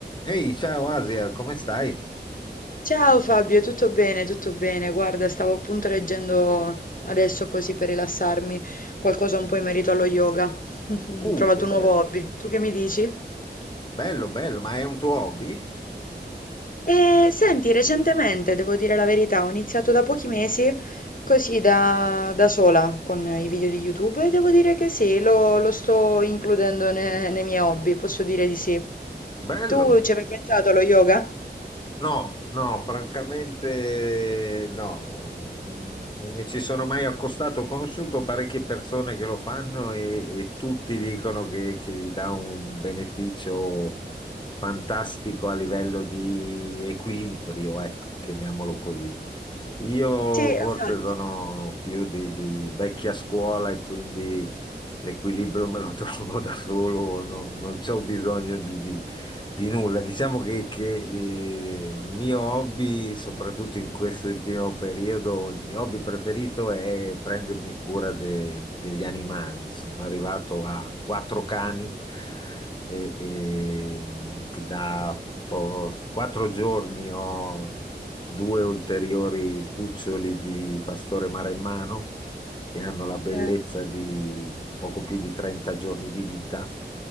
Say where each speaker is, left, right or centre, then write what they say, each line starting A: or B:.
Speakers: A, on the left (about 25°); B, on the left (about 50°).
A: Ehi, ciao Asia, come stai?
B: Ciao Fabio, tutto bene, tutto bene. Guarda, stavo appunto leggendo adesso così per rilassarmi qualcosa un po' in merito allo yoga. <laughs> Ho
A: Uh,
B: trovato
A: che bello,
B: un nuovo hobby. Tu che mi dici?
A: bello, bello, ma è un tuo hobby?
B: E senti, recentemente, devo dire la verità, ho iniziato da pochi mesi così da, da sola con i video di YouTube e devo dire che sì, lo, lo sto includendo ne- nei miei hobby, posso dire di sì.
A: Bello.
B: Tu ci avevi pensato allo yoga?
A: No, no, francamente no, non, non mi ci sono mai accostato. Ho conosciuto parecchie persone che lo fanno e, e tutti dicono che, che gli dà un beneficio fantastico a livello di equilibrio, ecco, chiamiamolo così. Io
B: Sì,
A: forse
B: esatto.
A: sono più di, di vecchia scuola e quindi l'equilibrio me lo <laughs> trovo da solo, non, non c'ho bisogno di, di- di nulla. Diciamo che, che, eh, il mio hobby, soprattutto in questo ultimo periodo, il mio hobby preferito è prendermi cura de- degli animali. Sono arrivato a quattro cani e, e da po- quattro giorni ho due ulteriori cuccioli di pastore maremmano che hanno la bellezza
B: Eh,
A: di poco più di 30 giorni di vita